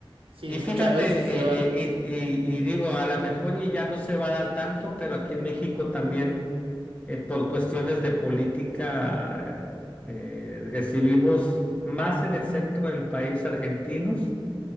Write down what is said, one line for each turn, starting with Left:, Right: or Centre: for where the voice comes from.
Right: sí,
Left: Y fíjate,
Right: muchas veces
Left: eh,
Right: se van,
Left: eh, y, y- y digo, a lo mejor y ya no se va a dar tanto, pero aquí en México también, eh, por cuestiones de política, eh, recibimos más en el centro del país argentinos.